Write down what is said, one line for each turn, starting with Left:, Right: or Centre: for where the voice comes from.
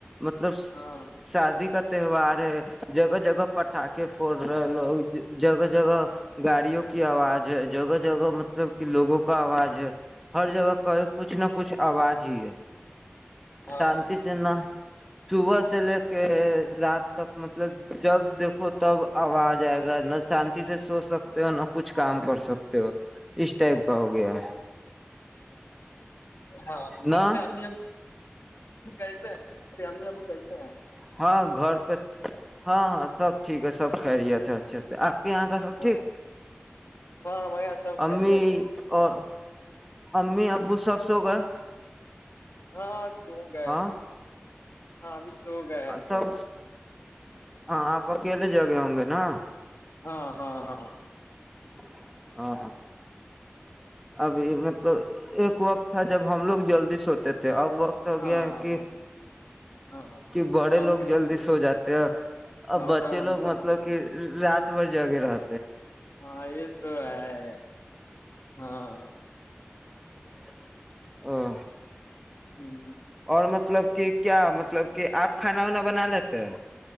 Centre: مطلب
Left: ہاں
Centre: شادی کا تہوار ہے جگہ جگہ پٹاخے فھڑ رہے لوگ جگہ جگہ گاڑیوں کی آواز ہے جگہ جگہ مطلب کہ لوگوں کا آواز ہے ہر جگہ کا کچھ نہ کچھ آواز ہی ہے
Left: ہاں
Centre: شانتی سنا سب سے کہ رات تک مطلب جب دیکھو تب اب آ جائے گا نہ شانتی سے سو سکتے ہو نہ کچھ کام کر سکتے اس ٹائپ کا ہو گیا
Left: ہاں
Centre: نہ
Left: ا کیسے ہیں فیام ابو کیسے ہیں
Centre: ہاں گھر پہ ہاں ہاں سب ٹھیک ہے سب خیریت ہے اچھے سے آپ یہاں کا سب
Left: ہاں
Centre: ٹھیک
Left: ہاں ہمارے یہاں سب خیریت
Centre: امی
Left: ہے اچھا
Centre: اور امی ابو سب سے ہو گئے
Left: ہاں سو گئے
Centre: ہاں
Left: ہیں ہاںبھی گیا ہے سر
Centre: سب ہاں آپ اکیلے جگے ہوں گے نا
Left: ہاں ہاں ہاں
Centre: <inaudible> ابھی مطلب ایک وقت تھا جب ہم لوگ جلدی سوتے تھے اب وقت ہو
Left: ہاں
Centre: گیا ہے کہ
Left: ہاں
Centre: کہ بڑے
Left: امی
Centre: لوگ جلدی
Left: ابو
Centre: سو جاتے اب
Left: اور
Centre: بچے
Left: ہم
Centre: لوگ
Left: سب
Centre: مطلب کہ رات بار جگے رہا
Left: ہاں یہ تو ہے ہاں
Centre: <inaudible>
Left: ہ
Centre: اور مطلب کہ کیا مطلب کہ آپ کھانا ونا بنا تو